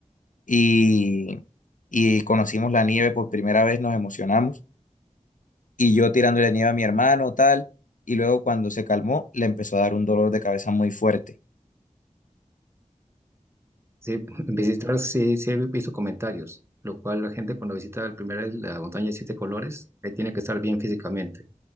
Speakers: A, on the left (about 80°); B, on the right (about 20°).
A: y, y conocimos la nieve por primera vez, nos emocionamos. Y yo tirándole nieve a mi hermano, tal, y luego cuando se calmó, le empezó a dar un dolor de cabeza muy fuerte.
B: Sí, en visitar, sí, sí he visto comentarios, lo cual la gente cuando visita la primera vez la montaña de siete colores, eh, tiene que estar bien físicamente,